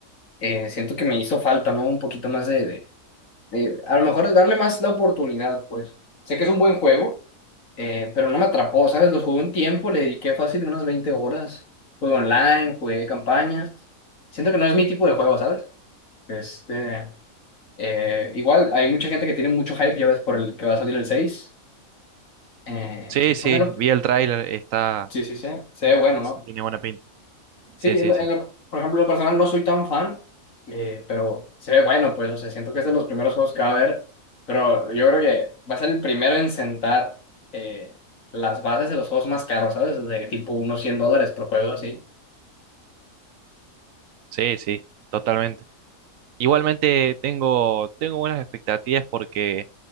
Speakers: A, on the left; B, on the right.
A: Eh, siento que me hizo falta, ¿no? Un poquito más de, de- de- a lo mejor darle más la oportunidad, pues. Sé que es un buen juego, eh, pero no me atrapó, ¿sabes? Lo jugué un tiempo, le dediqué fácil unas 20 horas. Jugué online, jugué campañas. Siento que no es mi tipo de juego, ¿sabes? Este, eh, igual, hay mucha gente que tiene mucho hype, ya ves, por el que va a salir el seis Eh,
B: Sí,
A: y pues,
B: sí,
A: en
B: vi el tráiler, está...
A: sí, sí, sí. Se ve bueno, ¿no?
B: Tiene buena pinta.
A: Sí,
B: Sí, sí,
A: en lo-
B: sí,
A: en lo- por ejemplo, en lo personal no soy tan fan, eh, pero se ve bueno, pues, o sea, siento que es de los primeros juegos que va a haber, pero yo creo que va a ser el primero en sentar eh, las bases de los juegos más caros, ¿sabes? De tipo unos 100 dólares por juego, así.
B: sí, sí, totalmente. Igualmente tengo, tengo buenas expectativas porque